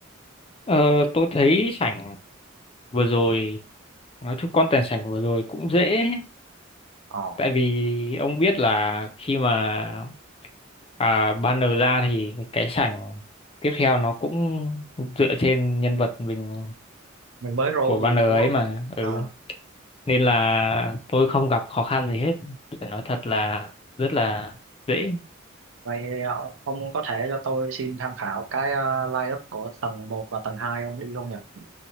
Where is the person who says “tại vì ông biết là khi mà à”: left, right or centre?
Left